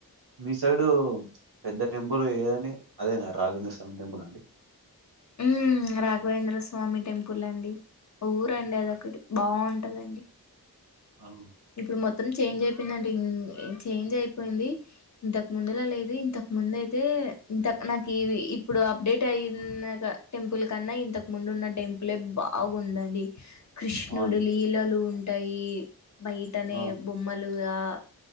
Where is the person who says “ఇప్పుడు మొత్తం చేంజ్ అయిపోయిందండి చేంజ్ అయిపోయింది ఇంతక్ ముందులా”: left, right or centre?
Left